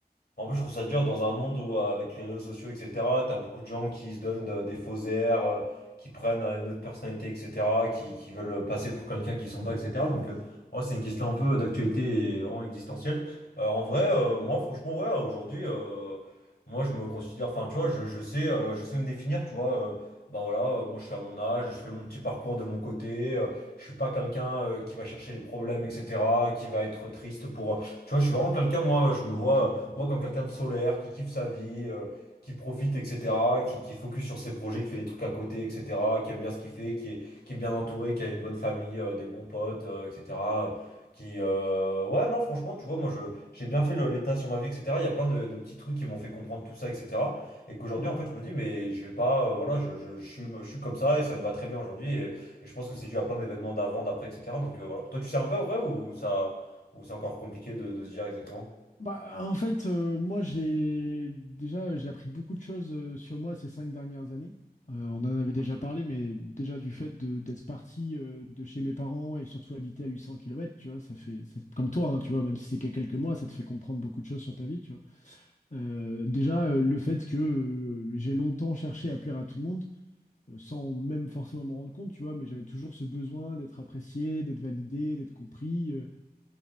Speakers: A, on the left; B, on the left.
A: en plus, je trouve ça dur dans un monde où, euh, avec les réseaux sociaux, etc., t'as beaucoup de gens qui se donnent de- des faux airs, euh, qui prennent euh, une autre personnalité, etc., qui, qui veulent euh, passer pour quelqu'un qu'ils sont pas, etc. Donc, euh, ouais, c'est une question un peu d'actualité et vraiment existentielle. Euh, en vrai, euh, moi, franchement, ouais, aujourd'hui, euh, moi, je me considère, enfin, tu vois, je, je sais, euh, je sais me définir, tu vois. euh, bah voilà, euh, moi, je suis à mon âge, je fais mon petit parcours de mon côté. euh, je suis pas quelqu'un euh, qui va chercher les problèmes, etc., qui va être triste pour. Tu vois, je suis vraiment quelqu'un, moi, je me vois. Moi, comme quelqu'un de solaire, qui kiffe sa vie, euh, qui profite, etc., qui, qui focus sur ses projets, qui fait des trucs à côté, etc., qui aime bien ce qu'il fait, qui est, qui est bien entouré, qui a une bonne famille, euh, des bons potes, euh, etc. euh, Qui, euh, Ouais, non, franchement, tu vois, moi, je, j'ai bien fait le- l'état sur ma vie, etc. Il y a plein de, de petits trucs qui m'ont fait comprendre tout ça, etc. Et qu'aujourd'hui,
B: Hmm.
A: en fait, je me dis, mais je vais pas, euh, voilà, je, je, je suis, je suis comme ça et ça me va très bien aujourd'hui. Et, et je pense que c'est dû à plein d'événements d'avant, d'après, etc. Donc, euh, voilà. Toi, tu sais un peu, vrai, ou ça, ou c'est encore compliqué de, de se dire exactement?
B: Bah, en fait, euh, moi, j'ai déjà j'ai appris beaucoup de choses euh, sur moi ces cinq dernières années. Euh, on en avait déjà parlé, mais déjà du fait de- d'être parti euh, de chez mes parents et surtout habiter à 800 km, tu vois, ça fait, ça fait- comme toi, hein, tu vois, même si c'est que quelques mois, ça te fait comprendre beaucoup de choses sur ta vie, tu vois. Euh, déjà, euh, le fait que euh, j'ai longtemps cherché à plaire à tout le monde, euh, sans même forcément m'en rendre compte, tu vois, mais j'avais toujours ce besoin d'être apprécié, d'être validé, d'être compris. euh,